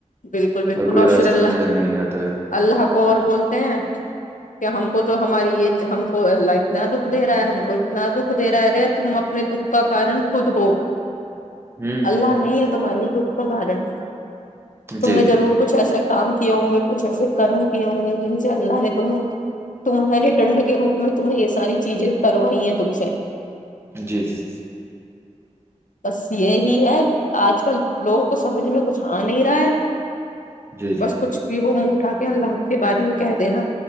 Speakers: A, on the left; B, on the right.
A: بالکل بالکل
B: کوئی
A: اور
B: راستہ
A: پھر اللہ
B: نظر نہیں آتا ہے
A: اللہ کو اور بولتے ہیں کہ ہم کو تو ہماری یہ ہم کو اللہ اتنا دکھ دے رہا ہے ہم کو اتنا دکھ دے رہا ہے رے تم اپنے دکھ کا کارن خود ہو
B: ہوں
A: اللہ نہیں تمہارے دکھ کا کارن تم
B: جی
A: نے
B: جی
A: ضرور کچھ ایسا کام کیے ہوں گے کچھ ایسے کرم کیے ہوں گے جن سے اللہ نے تم تمہارے دنڈ کے روپ میں تمہیں یہ ساری چیزیں کروائی ہیں تم سے
B: جی جی
A: بس یہی ہے آج کل لوگوں کو سمجھ میں کچھ آ بھی نہیں رھا ھے
B: جی جی
A: بس کچھ بھی وہ منہ اٹھا کے اللہ کے بارے میں کہہ دینا